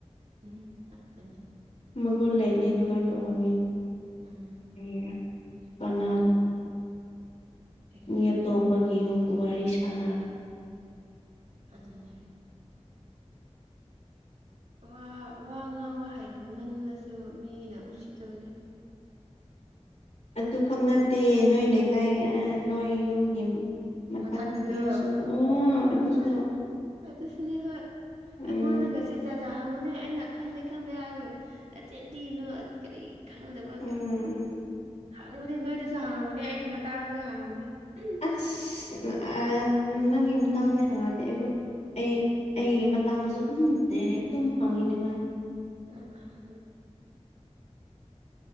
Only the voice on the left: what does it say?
ꯃꯒꯨꯟ ꯂꯩꯇꯦ
ꯑꯗꯨꯃꯥꯏꯟ ꯇꯧꯕ ꯃꯤ
ꯀꯔꯤꯔ ꯀꯥꯟꯅꯗ
ꯃꯤ ꯑꯇꯣꯞꯄꯒꯤ ꯌꯨꯝꯒꯤ ꯋꯥꯔꯤ ꯁꯥꯟꯅꯔ
ꯑꯗꯨ ꯈꯛ ꯅꯠꯇꯦ ꯅꯣꯏ ꯂꯩꯀꯥꯏꯒꯤ ꯑꯥ ꯅꯣꯏ ꯌꯨꯝꯒꯤ ꯃꯊꯛꯇ
ꯄꯤꯔꯁꯨ ꯑꯣ ꯑꯗꯨꯁꯨ
ꯎꯝ
ꯎꯝ
ꯁꯤꯁ ꯎꯝ ꯑꯥ ꯅꯪꯒꯤ ꯃꯇꯥꯡꯗꯤ ꯍꯪꯔꯛꯇꯦ ꯑꯩꯒꯨ ꯑꯩ ꯑꯩꯒꯤ ꯃꯇꯥꯡꯗꯁꯨ ꯑꯗꯨꯝ ꯗꯦꯔꯦꯛ ꯇꯨꯝ ꯍꯪꯉꯤꯅꯦ ꯃꯥ